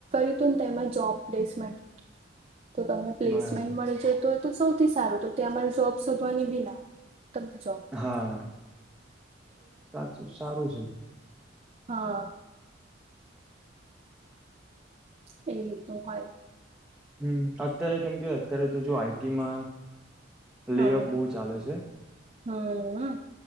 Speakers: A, on the right; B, in the centre.
A: હતું ને તેમાં જોબ પ્લેસમેન્ટ હતું તો તમને પ્લેસમેન્ટ
B: બરાબર
A: મળી જતું તો સૌથી સારું તો તે અમારે જોબ શોધવાની બી ના જોબમાં
B: હા સાચું સારું છે.
A: હા. એ તો હોય.
B: હમ અત્યારે કેમ કે અત્યારે તો જો આઈટીમાં લેઅપ
A: હા
B: બહુ ચાલે છે.
A: હમ.